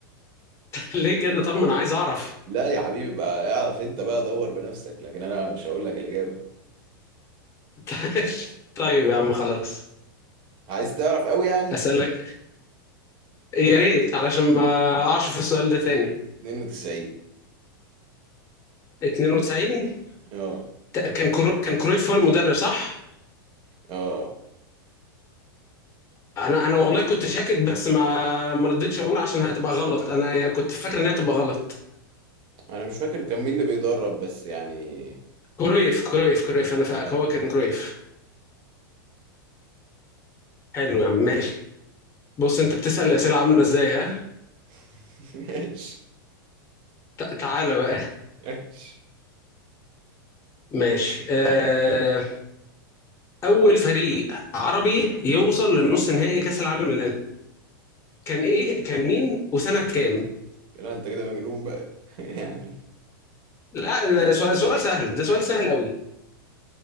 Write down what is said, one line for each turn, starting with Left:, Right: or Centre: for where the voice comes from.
Left: <laughs> ليه كده طب ما انا عايز اعرف
Right: لا يا حبيبي بقى اعرف أنت بقى دور بنفسك لكن أنا مش هقول لك الإجابة
Left: <laughs> طيب يا عم خلاص
Right: عايز تعرف قوي يعني
Left: اسالك يا ريت علشان ما اقعش في السؤال ده تاني
Right: 92
Left: 92
Right: اه
Left: ت- كان كرو... كان كرويف هو المدرب صح
Right: اه
Left: انا انا والله كنت شاكك بس ما ما رديتش اقول عشان هتبقى غلط انا كنت فاكر انها تبقى غلط
Right: انا مش فاكر كان مين اللي بيدرب بس يعني
Left: كرويف كرويف كرويف انا فاكر
Right: ايوه
Left: هو كان كرويف حلو يا عم ماشي بص انت بتسال الاسئله عامله ازاي ها
Right: <laughs> ماشي
Left: ت- تعالى بقى
Right: ماشي
Left: ماشي آه... اول فريق عربي يوصل للنص نهائي كاس العالم للانديه كان ايه كان مين وسنه كام
Right: لا انت كده مجنون بقى <laughs> يعني
Left: لا ده سؤال سؤال سهل ده سؤال سهل قوي